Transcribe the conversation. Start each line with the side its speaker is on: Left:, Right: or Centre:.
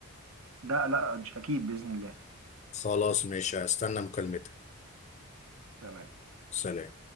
Right: لا لا مش اكيد باذن الله
Left: خلاص ماشي هستنى مكالمتك
Right: تمام
Left: سلام